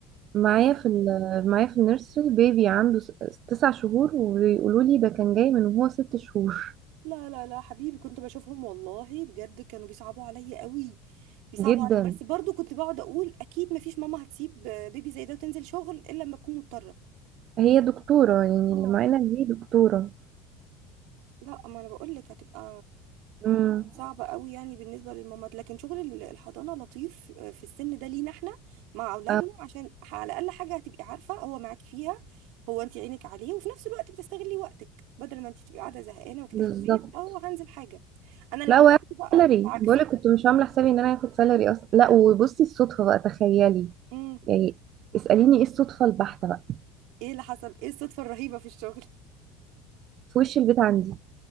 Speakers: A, on the right; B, on the right.
A: معايا
B: بس
A: في ال- معايا في النيرسري بيبي عنده س- تسع شهور وبيقولوا لي ده كان جاي من وهو ست شهور
B: لا لا لا حبيبي كنت بشوفهم والله بجد كانوا بيصعبوا عليا قوي
A: <laughs>
B: بيصعبوا
A: جدا
B: علي... بس برضو كنت بقعد اقول اكيد ما فيش ماما هتسيب بيبي زي ده وتنزل شغل الا لما تكون مضطره
A: هي دكتورة يعني
B: اه
A: اللي معانا دي دكتورة
B: لا ما انا بقول لك هتبقى
A: امم
B: صعب قوي يعني بالنسبه للمامات لكن شغل ال- الحضانه لطيف آه، في السن ده لينا احنا مع اولادنا
A: اه
B: عشان على الاقل حاجه هتبقي عارفه هو معاك فيها هو انت عينك عليه وفي نفس الوقت بتستغلي وقتك بدل ما انت تبقي قاعده زهقانه وكده
A: بالظبط
B: في البيت او هنزل حاجه انا لما
A: لا وهاخد
B: بدات بقى
A: سالري
B: كنت عكسك
A: بقولك كنت مش عاملة حسابي ان انا هاخد سالري اصلا لا وبصي الصدفة بقى تخيلي
B: امم
A: يعني اسأليني ايه الصدفة البحتة بقى
B: ايه اللي حصل ايه الصدفه الرهيبه في الشغل
A: في وش البيت عندي